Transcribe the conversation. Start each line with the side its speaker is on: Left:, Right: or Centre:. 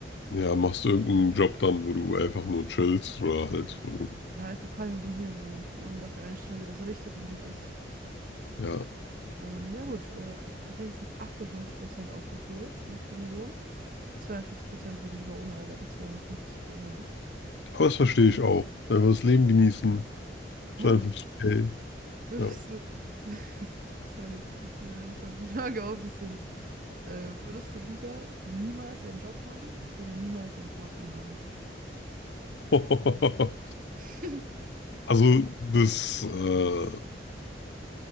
Left: Ja, machst du irgendeinen Job dann, wo du einfach nur chillst oder halt,
Right: Ja,
Left: wo du,
Right: Ja, einfach ein paar Immobilien so irgendwie dafür einstellen, der das richtet und gut ist.
Left: ja.
Right: Ähm, ja gut, äh, tatsächlich sind 58% auch dafür, die für die Million. zweiundvierzig Prozent würden lieber ohne Arbeiten zweihundertfünfzig k haben.
Left: Aber das verstehe ich auch. Einfach das Leben genießen,
Right: Oh,
Left: zweihundertfünfzig k
Right: würdest
Left: ja.
Right: du. <laughs> Sorry, ich fand die Frage auch ein bisschen. Äh, würdest du lieber niemals einen Job haben oder niemals einen Partner haben?
Left: <laughs>
Right: <laughs>
Left: Also das äh,